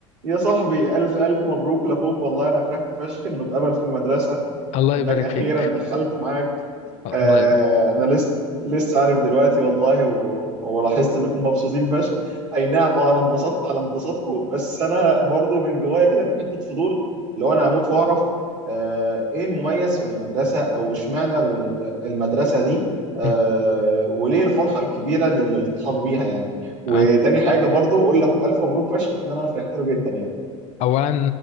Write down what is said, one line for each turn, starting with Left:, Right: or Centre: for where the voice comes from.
Right: يا صاحبي ألف ألف مبروك لأخوك والله أنا فرحت فشخ إنه اتقبل في المدرسة
Left: الله
Right: وإنك
Left: يبارك
Right: أخيرا
Left: فيك
Right: دخلته معاك آه
Left: الله يبارك فيك
Right: أنا لسه لسه عارف دلوقتي والله و... ولاحظت إنكم مبسوطين فشخ أي نعم أه أنا انبسطت على انبساطكم بس أنا برضو من جوايا كده في حتة فضول لو أنا هموت وأعرف آه إيه المميز في المدرسة أو إشمعنى ال- المدرسة دي آه
Left: مم.
Right: وليه الفرحة الكبيرة للالتحاق بيها يعني وتاني
Left: أي.
Right: حاجة برضو قول لأخوك ألف مبروك فشخ وإن أنا فرحت له جدا يعني
Left: اولا